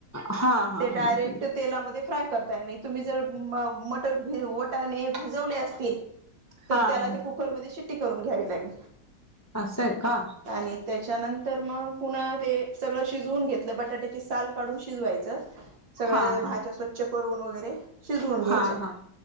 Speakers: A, on the left; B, on the right.
A: हा हा
B: ते
A: हा
B: डायरेक्ट तेलामध्ये फ्राय करताय नाही. तुम्ही जर मटर, वटाने भिजवले असतील तर
A: हा
B: त्याला
A: हा
B: ते कुकरमध्ये शिट्टी करून घ्यावी लागेल.
A: असं आहे का
B: आणि त्याच्यानंतर मग पुन्हा ते सगळं शिजवून घेतलं. बटाट्याची साल काढून शिजवायचं. सगळे
A: हा हा
B: भाज्या स्वच्छ करून वगैरे, शिजवून घ्यायच्या,
A: हा हा